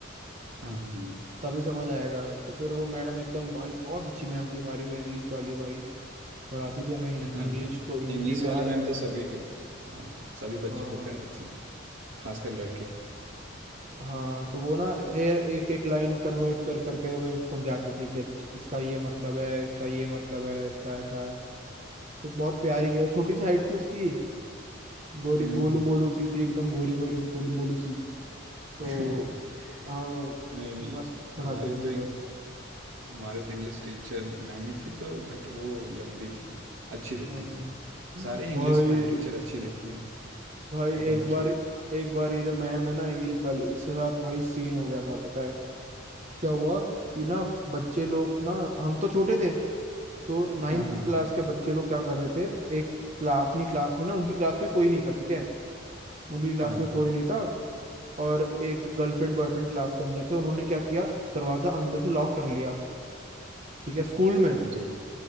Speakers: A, on the right; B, on the right.
A: हाँ हाँ।
B: तभी समझ आएगा तो फिर वो मैडम एकदम भाई बहुत अच्छी मैम थी हमारी वो इंग्लिश वाली भाई पढ़ाती थी हमें हिं-
A: हाँ
B: इंग्लिश को हिंदी
A: इंग्लिश
B: में
A: वाली
B: हर
A: मैम तो सभी के हाँ सभी बच्चों
B: हाँ
A: को प्यारी थी खासकर लड़के
B: हाँ तो वो ना हर एक एक लाइन कन्वर्ट कर करके हमें समझाती थी कि अच्छा इसका ये मतलब है इसका ये मतलब है इसका ऐसा है तो बहुत प्यारी थी और छोटी सी हाइट थी उसकी गोरी
A: हम्म
B: गोलू मोलू सी थी एकदम गोरी गोरी सी गोलू मोलू सी तो
A: <laughs>
B: हाँ
A: नहीं नहीं
B: मस्त पढ़ाती
A: हमारे
B: थी
A: तो इंग,
B: वो
A: हमारे तो इंग्लिश टीचर मैम ही थी तो बट वो लंबी थी अच्छी दिखती
B: हाँ।
A: थी सारे इंग्लिश
B: भाई
A: मैम टीचर अच्छी दिखते हैं
B: भाई
A: पता
B: एक
A: नहीं
B: बार
A: क्यों
B: एक बार ये जो मैम है ना इंग्लिश वाली इसके साथ भाई सीन हो गया था पता है क्या हुआ कि ना बच्चे लोग ना हम तो छोटे थे तो नाइन्थ
A: हाँ हाँ
B: क्लास के बच्चे लोग क्या कर रहे थे एक क्ला, अपनी क्लास में ना उनकी क्लास में कोई नहीं था ठीक है उनकी क्लास
A: हाँ
B: में कोई नहीं था और एक गर्लफ्रेंड बॉयफ्रेंड क्लास के अंदर थे उन्होंने क्या किया दरवाजा अंदर से लॉक कर लिया ठीक है स्कूल में
A: जी